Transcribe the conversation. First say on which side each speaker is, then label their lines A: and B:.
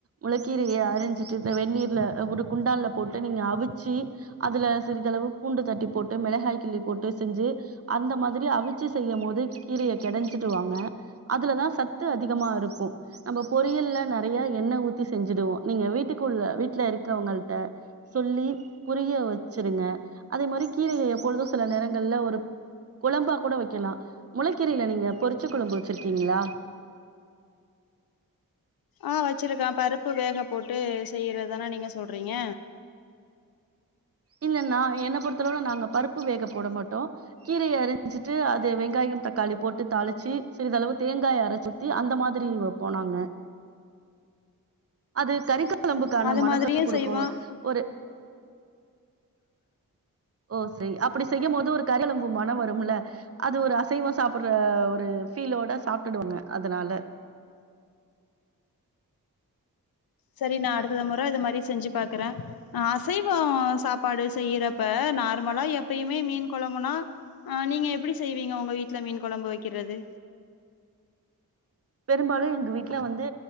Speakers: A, on the right (about 40°); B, on the left (about 75°).
A: முளக்கீரைய அறிஞ்சிட்டு வெந்நீர்ல குடுக் குண்டான்ல போட்டு நீங்க அவிச்சு அதுல சிறிதளவு பூண்டு தட்டி போட்டு மிளகாய் கிள்ளி போட்டு செஞ்சு அந்த மாதிரி அவிச்சு செய்யும் போது கீரைய கெடைஞ்சிடுவாங்க அதுலதா சத்து அதிகமா இருக்கு நம்ம பொரியல்ல நெறைய எண்ண ஊத்தி செஞ்சுடுவோ நீங்க வீட்டுக்குள்ள வீட்ல இருக்கறவங்க சொல்லி புரிய வச்சிருங்க அதே மாரி கீரைய எப்பொழுது சில நேரங்கள்ல ஒரு குழம்பா கூட வைக்கலா முளைக்கீரைல நீங்க பொறிச்ச குழம்பு வச்சிருக்கீங்களா
B: ஆ வச்சிருக்கே பருப்பு வேக போட்டு செய்யறதானா நீங்க சொல்றீங்க
A: இல்ல நா என்ன பொறுத்தளவுல நாங்க பருப்பு வேக போட மாட்டோ கீரைய அரிஞ்சிட்டு அது வெங்காயம் தக்காளி போட்டு தாளிச்சி சிரிதளவு தேங்காய் அர ச்சு த்தி அந்த மாரி வப்போ நாங்க அது கறிக்க குழம்புக்கான
B: அது
A: மணத்த
B: மாதிரியு
A: குடுக்கு
B: செய்வோ
A: ஒரு ஓ சரி அப்டி செய்யும் போது ஒரு கரெளம்பு மணம் வரும்ல அது ஒரு அசைவம் சாப்பட்ற ஒரு ஃபீலோட சாப்ட்டுடுவாங்க அதனால
B: சரி நா அடுத்த முற இத மாரி செஞ்சு பாக்குற அசைவம் சாப்பாடு செய்யறப்ப நார்மலா எப்யுமே மீன் குழம்புனா ஆ நீங்க எப்டி செய்வீங்க உங்க வீட்ல மீன் குழம்பு வைக்கிறது
A: பெரும்பாலு எங்க வீட்ல வந்து